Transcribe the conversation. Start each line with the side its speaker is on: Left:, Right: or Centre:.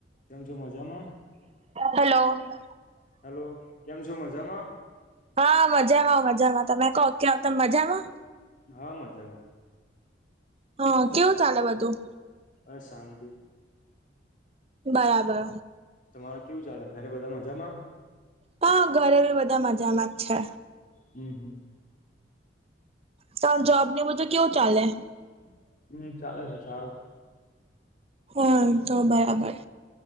Left: કેમ છો મજામાં?
Right: હેલો.
Left: હેલો કેમ છો મજામાં?
Right: હા મજામાં મજામાં તમે કહો ક્યા તમે મજામાં?
Left: હા મજામાં
Right: હા કેવું ચાલે બધું
Left: અશાંતિ
Right: બરાબર
Left: તમારે કેવું ચાલે ઘરે બધા મજામાં?
Right: હા ઘરે બી બધા મજામાં જ છે
Left: હમ હમ
Right: સા જવાબને મુઝે કેવું ચાલે
Left: <inaudible> હમ ચાલે છે સારું
Right: હમ તો બરાબર